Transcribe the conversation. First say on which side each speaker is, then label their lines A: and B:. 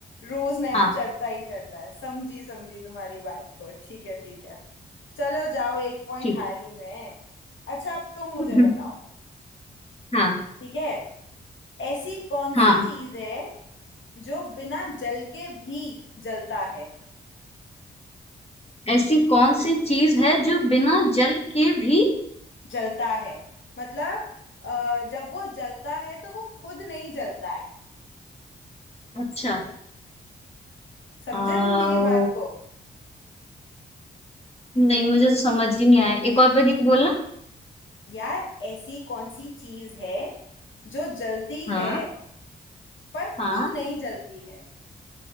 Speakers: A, on the left; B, on the left.
A: रोज नया
B: हाँ
A: चढ़ता ही चढ़ता है समझी समझी तुम्हारी बात को ठीक है ठीक है चलो जाओ एक पॉइंट
B: ठीक
A: हारी मैं अच्छा अब तुम मुझे
B: <laughs>
A: बताओ
B: हाँ
A: ठीक है ऐसी कौन
B: हाँ
A: सी चीज है जो बिना जल के भी जलता है
B: ऐसी कौन सी चीज है जो बिना जल के भी
A: जलता है मतलब अ, जब वो जलता है तो वो खुद नहीं जलता है
B: अच्छा
A: समझे
B: आ,
A: तुम मेरी बात को
B: नहीं मुझे तो समझ ही नहीं आया एक और बार ये बोलना
A: यार ऐसी कौन सी चीज है जो जलती
B: हाँ
A: है पर
B: हाँ
A: खुद नहीं जलती है